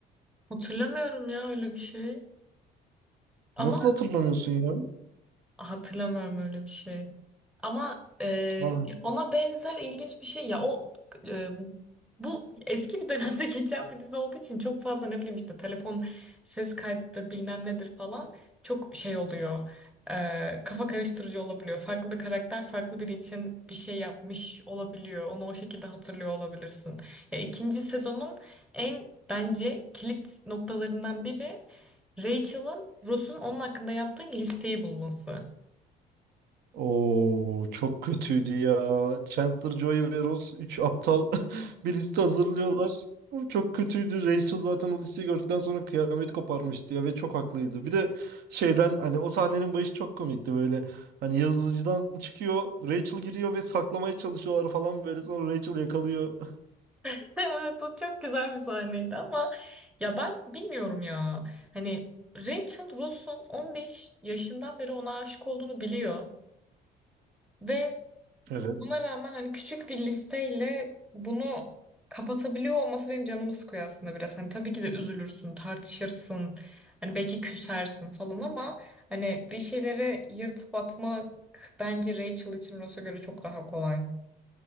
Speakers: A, in the centre; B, on the right.
A: Hatırlamıyorum ya öyle bir şey. Ama
B: nasıl hatırlamıyorsun ya?
A: Hatırlamıyorum öyle bir şey. Ama e,
B: Ah.
A: ona benzer ilginç bir şey ya o e, bu eski bir dönemde <laughs> geçen bir dizi olduğu için çok fazla ne bileyim işte telefon ses kaydıdır bilmem nedir falan çok şey oluyor. E, kafa karıştırıcı olabiliyor. Farklı bir karakter farklı biri için bir şey yapmış olabiliyor. Onu o şekilde hatırlıyor olabilirsin. Ya ikinci sezonun en bence kilit noktalarından biri Rachel'ın Ross'un onun hakkında yaptığı listeyi bulması.
B: Oo çok kötüydü ya. Chandler, Joey ve Ross 3 aptal <laughs> bir liste hazırlıyorlar. Oğlum Çok kötüydü. Rachel zaten o listeyi gördükten sonra kıyamet koparmıştı ya ve çok haklıydı. Bir de şeyden hani o sahnenin başı çok komikti böyle. Hani yazıcıdan çıkıyor, Rachel giriyor ve saklamaya çalışıyorlar falan böyle. Sonra Rachel yakalıyor. <laughs>
A: <laughs> Evet o çok güzel bir sahneydi ama ya ben bilmiyorum ya. Hani Rachel Ross'un 15 yaşından beri ona aşık olduğunu biliyor ve
B: Evet.
A: buna rağmen hani küçük bir listeyle bunu kapatabiliyor olması benim canımı sıkıyor aslında biraz. Hani tabii ki de üzülürsün, tartışırsın. Hani belki küsersin falan ama hani bir şeyleri yırtıp atmak bence Rachel için Ross'a göre çok daha kolay.